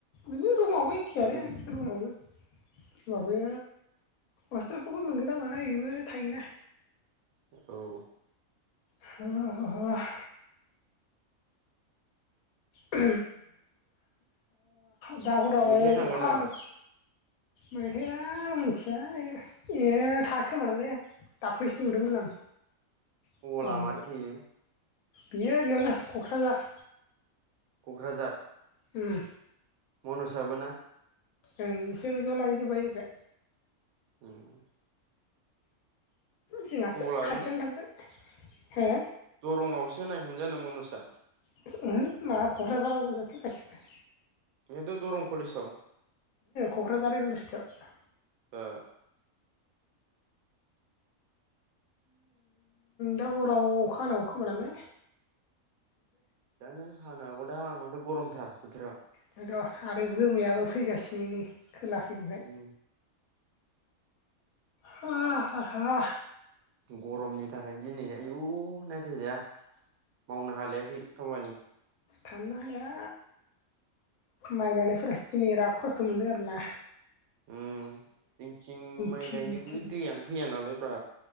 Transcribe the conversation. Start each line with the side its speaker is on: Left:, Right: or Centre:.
Left: बिनो रुमावबो एखे
Right: उम
Left: आरो रुमावबो मावबो हसटेलखौबो मोनगोन ना मोना बेबो थायोना
Right: औ
Left: ह ह ओ दा हराव
Right: मैथाया
Left: अखा
Right: थांबाय नामा
Left: हानो मैथाया मिथिया ए थाङाखै खोमादांलै दाख्लैसो नुदोंमोन आं आमै
Right: गला‌ मारलै‌ इयो
Left: बियो बेयावनो क'क्राझार
Right: क'क्राझार
Left: उम
Right: मनुसाबो ना
Left: ओं बिसोर ज' लायजोब्बाय बे
Right: औ
Left: जोंहासो
Right: लादों
Left: खाथियावनो थांगोन हो
Right: दरंआवसो होनाखैमोन जानो मनुसा
Left: उस माबा क'क्राझाराव गोजासो गासिबो
Right: बेहाथ' दरं कलेजाव
Left: क'क्राझार इउनिभारसिटियाव
Right: ओ
Left: दा हराव अखा हागौ खोमा दांलै
Right: जानो हानो हागौ दां माथो गरमथार बोथोरा
Left: बेथ' आरो जोमायाबो फैगासिनोनो खोलाखैहाय
Right: उम
Left: हा हा
Right: गरमनि थाखायनो दिनै आयु नायथावजाया मावनो हालायाखै खामानि
Left: थांनो हाया माइ गायनायफोरासो दिनै बिराद खस्थ' मोनदों आरोना
Right: उ जों थिं माइ
Left: थिं
Right: गायनोबो
Left: थिं
Right: दैयानो फैया नालाय ब्रा